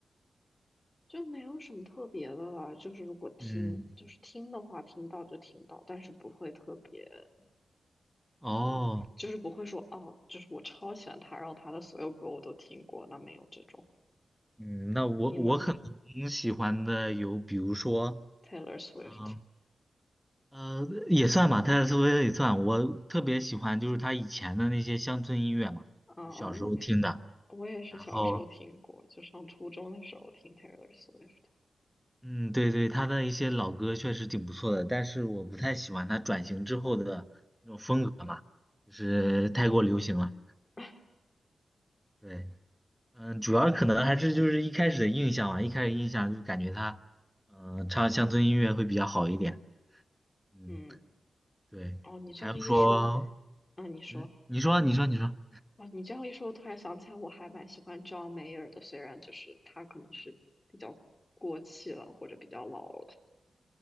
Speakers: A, on the left; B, in the centre.
A: 就没有什么特别的了，就是如果听，
B: 嗯。
A: 就是听的话，听到就听到，但是不会特别，
B: 哦，
A: 嗯，就是不会说哦，就是我超喜欢他，然后他的所有歌我都听过，那没有这种。
B: 嗯，那我我可能喜欢的有，
A: 你呢
B: 比如说，
A: ？Taylor Swift
B: 嗯呃，也算吧，泰勒斯威夫特也算。我特别喜欢就是他以前的那些乡村音乐嘛，
A: 啊啊，
B: 就小时候听的。
A: 那我也是小时候听过，
B: 然后，
A: 就上初中的时候听 Taylor Swift。
B: 嗯，对对，他的一些老歌确实挺不错的，但是我不太喜欢他转型之后的那种风格嘛，就是太过流行了。
A: <laughs>
B: 对，嗯，主要可能还是就是一开始的印象吧，一开始印象就感觉他，嗯、唱乡村音乐会比较好一点。嗯。
A: 嗯，
B: 对，
A: 哦，你这样一说，
B: 还有说，
A: 嗯，你说。
B: 嗯，你说，你说，你说，
A: 啊，你这样一说，我突然想起来，我还蛮喜欢 John Mayer 的，虽然就是他可能是比较过气了，或者比较老了。